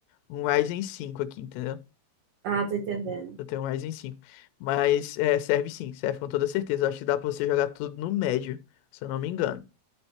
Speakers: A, on the left; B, on the right.
A: um Ryzen cinco aqui, entendeu?
B: Ah, tô entendendo.
A: Eu tenho um Ryzen cinco, Mas é, serve sim, serve com toda certeza. Eu acho que dá pra você jogar tudo no médio, se eu não me engano.